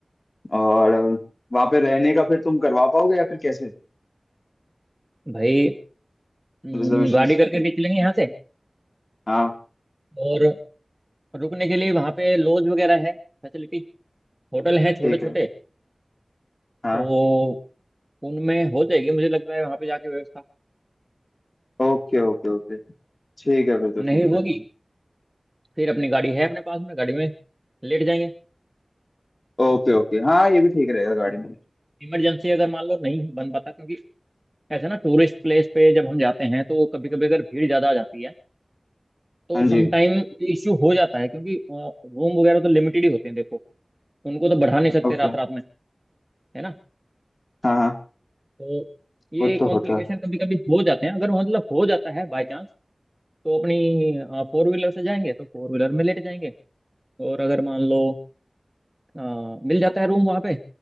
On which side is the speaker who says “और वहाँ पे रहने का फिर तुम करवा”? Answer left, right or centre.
Left